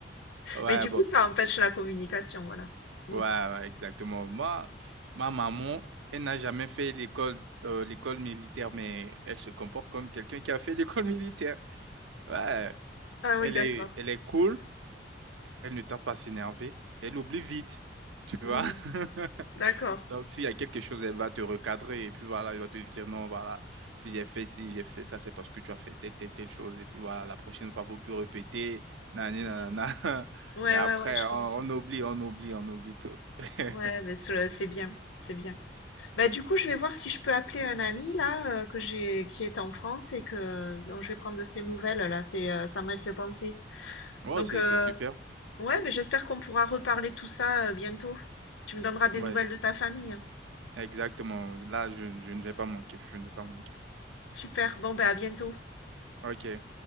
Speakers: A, on the right (about 85°); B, on the left (about 90°).
A: Ouais,
B: Mais du
A: bon.
B: coup, ça empêche la communication, voilà. Mmh.
A: Ouais, ouais, exactement. Moi, ma maman, elle n'a jamais fait l'école euh, l'école militaire, mais elle se comporte comme quelqu'un qui a fait l'école <laughs> militaire. Ouais,
B: Ah
A: elle
B: oui, d'accord.
A: est, elle est cool, elle ne tarde pas à s'énerver, elle oublie vite, tu
B: Mmh.
A: vois. <laughs>
B: D'accord.
A: Donc, s'il y a quelque chose, elle va te recadrer et puis voilà, elle va te dire non, voilà, si j'ai fait si j'ai fait ça, c'est parce que tu as fait telle, telle, telle chose. Et puis voilà, la prochaine fois, il ne faut plus répéter, nani,
B: Mmh.
A: nanana. <laughs>
B: Ouais,
A: Et après,
B: ouais, ouais, je
A: on
B: comprends.
A: on oublie, on oublie, on oublie tout. <laughs>
B: Ouais, mais ce c'est bien, c'est bien. Bah du coup, je vais voir si je peux appeler un ami là euh, que j'ai qui est en France et que dont je vais prendre de ses nouvelles là. C'est euh, ça m'a fait penser.
A: Oh,
B: Donc
A: c'est
B: euh,
A: c'est super.
B: ouais, mais j'espère qu'on pourra reparler de tout ça euh, bientôt. Tu me donneras des
A: Ouais,
B: nouvelles de ta famille. hein.
A: exactement. Là, je, je ne vais pas manquer. Je ne vais pas manquer.
B: Super. Bon bah à bientôt.
A: Ok.